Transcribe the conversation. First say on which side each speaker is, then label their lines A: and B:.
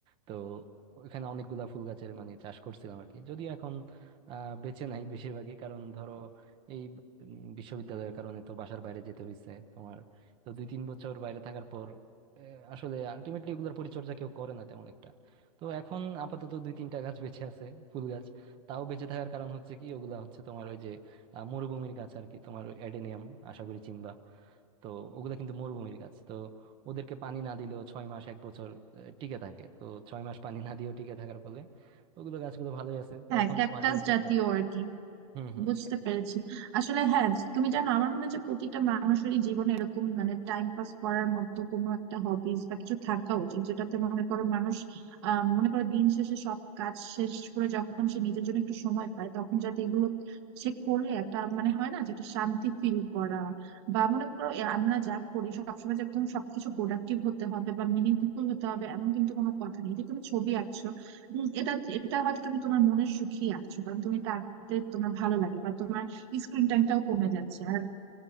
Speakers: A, on the right; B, on the right.
A: তো ওখানে অনেকগুলা ফুল গাছের মানে চাষ করছিলাম আর কি যদি এখন আহ বেঁচে নাই বেশিরভাগই কারণ ধরো এই উম, বিশ্ববিদ্যালয়ের কারণে তো বাসার বাইরে যেতে হয়েছে তোমার তো দুই তিন বছর বাইরে থাকার পর আহ, আসলে আলটিমেটলি ওগুলার পরিচর্যা কেউ করে না তেমন একটা তো এখন আপাতত দুই তিনটা গাছ বেঁচে আছে ফুল গাছ তাও বেঁচে থাকার কারণ হচ্ছে কি ওগুলা হচ্ছে তোমার ওই যে আহ, মরুভূমির গাছ আর কি তোমার এডেনিয়াম আশা করি চিনবা তো ওগুলা কিন্তু মরুভূমির গাছ তো ওদেরকে পানি না দিলেও ছয় মাস এক বছর আহ, টিকে থাকে তো ছয় মাস পানি না দিয়েও টিকে থাকার ফলে ওগুলো গাছগুলো ভালোই আছে তো
B: হ্যাঁ
A: এখন
B: ক্যাকটাস
A: মাটির মধ্যে
B: জাতীয়
A: জল-
B: আর কি
A: হুম হুম
B: বুঝতে পেরেছি আসলে হ্যাঁ তুমি জানো আমার মনে হয় যে প্রতিটা মানুষেরই জীবনে এরকম মানে টাইম পাস করার মতো কোনো একটা হবিস বা কিছু থাকা উচিত যেটাতে মনে করো মানুষ আহ মনে করো দিন শেষে সব কাজ শেষ করে যখন সে নিজের জন্য একটু সময় পায় তখন যাতে এগুলো সে করলে একটা মানে হয় না যেটা শান্তি ফিল করা বা মনে করো এ আমরা যা করি সবসময় যে একদম সবকিছু প্রোডাক্টিভ হতে হবে বা মিনিংফুল হতে হবে এমন কিন্তু কোনো কথা নেই যে তুমি ছবি আঁকছো উম, এটা এটা হয়তো তুমি তোমার মনের সুখেই আঁকছো কারণ তুমি এটা আঁকতে তোমার ভালো লাগে বা তোমার স্ক্রিন টাইমটাও কমে যাচ্ছে আর